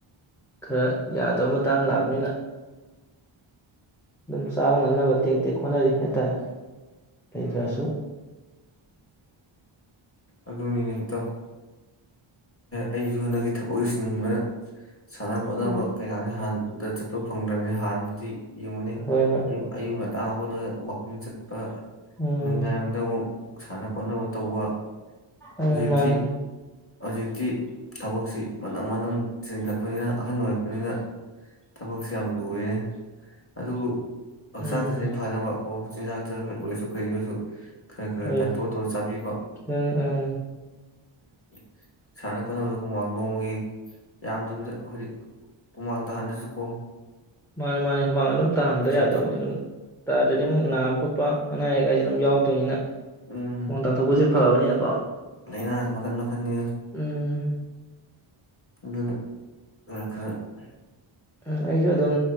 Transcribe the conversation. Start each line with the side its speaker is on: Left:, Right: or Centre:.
Centre: ꯈꯔꯥ ꯌꯥꯗꯕꯥ ꯃꯇꯥꯪ ꯂꯛꯄꯅꯤꯅꯥ ꯑꯗꯨꯝ ꯆꯥꯕꯥ ꯉꯝꯅꯕꯥ ꯇꯦꯛ ꯇꯦꯀ ꯍꯣꯠꯅꯥꯔꯤ ꯍꯥꯏꯇꯔꯦ ꯂꯩꯇꯁꯨ
Left: ꯎꯝ ꯑꯗꯨꯅꯤꯅꯦ ꯏꯇꯥꯑꯣ ꯑꯩꯁꯨ ꯍꯟꯗꯛ ꯊꯕꯛ ꯆꯤꯟꯕꯥ ꯁꯥꯅꯥ ꯈꯣꯠꯅꯕꯥ
Centre: ꯎꯝ
Left: <unintelligible> <unintelligible> ꯆꯠꯄ ꯐꯪꯗꯔ꯭ꯃꯤꯅꯥ ꯍꯥꯅꯗꯤ ꯌꯦꯡꯎꯅꯦ
Centre: ꯍꯣꯏ ꯍꯣꯏ
Left: ꯑꯌꯨꯛ ꯉꯟꯇꯥ ꯉꯟꯇ ꯍꯧꯒꯠꯂꯒ ꯋꯥꯀꯤꯪ ꯆꯠꯄ
Centre: ꯎꯝ
Left: <unintelligible> ꯁꯥꯅꯥ ꯈꯣꯠꯅꯕꯥ ꯇꯧꯕꯥ
Centre: ꯎꯝ
Left: ꯍꯧꯖꯤꯛꯇꯤ
Centre: ꯃꯥꯅꯤ
Left: ꯍꯧꯖꯤꯛꯇꯤ ꯊꯕꯛꯇꯤ ꯃꯅꯝ ꯃꯅꯝ ꯆꯤꯟꯖꯤꯂꯛꯄꯅꯤꯅꯥ ꯑꯍꯟ ꯑꯣꯏꯔꯛꯄꯅꯤꯅꯥ ꯊꯕꯛꯁꯤ ꯌꯥꯝꯅꯥ ꯂꯨꯔꯦ ꯑꯗꯨꯕꯨ ꯍꯛꯆꯥꯡ
Centre: ꯎꯝ
Left: ꯁꯥꯒꯦꯟ ꯐꯥꯅꯕꯥ ꯀꯦ ꯆꯤꯟꯖꯥꯛꯇ ꯑꯣꯏꯔꯁꯨ ꯀꯔꯤꯗ ꯁꯨ ꯈꯔꯥ ꯈꯔꯥ
Centre: ꯍꯣꯏ
Left: ꯀꯟꯇꯔꯣꯜ ꯇꯧꯔꯒꯥ ꯆꯕꯤꯕꯥ
Centre: ꯈꯤꯇꯪ ꯎꯝ
Left: <unintelligible> ꯍꫭꯠꯅꯕꯗ ꯍꯨꯃꯥꯡ ꯅꯣꯡꯃꯒꯤ ꯌꯥꯝꯗ꯭ꯔꯕꯤꯗ ꯍꯥꯏꯗꯤ ꯍꯨꯃꯥꯡ ꯇꯥꯍꯟꯗ꯭ꯔꯁꯨ ꯀꯣ
Centre: ꯃꯥꯅꯤ ꯃꯥꯅꯤ ꯍꯨꯃꯥꯡ ꯑꯗꯨꯝ ꯇꯥꯍꯟꯗ
Left: ꯆꯠꯄ
Centre: ꯌꯥꯗꯕꯅꯤ ꯑꯗꯨꯝ ꯇꯥꯗ꯭ꯔꯗꯤ ꯑꯃꯨꯛ ꯅꯥꯕ ꯈꯣꯠꯄ ꯑꯅꯥ ꯑꯌꯦꯛꯀꯥꯏꯁꯦ ꯑꯗꯨꯝ ꯌꯥꯎ ꯇꯣꯏꯅꯥ
Left: ꯎꯝ
Centre: ꯃꯣꯟ ꯇꯥ ꯊꯧꯕꯁꯦ ꯐꯕꯅꯤꯅꯀꯣ
Left: ꯂꯥꯏꯅꯥ ꯃꯈꯟ ꯃꯈꯟꯅꯤ
Centre: ꯎꯝ
Left: ꯑꯗꯨꯅꯥ <unintelligible>
Centre: ꯎꯝ ꯑꯩꯁꯨ ꯑꯗꯨꯝ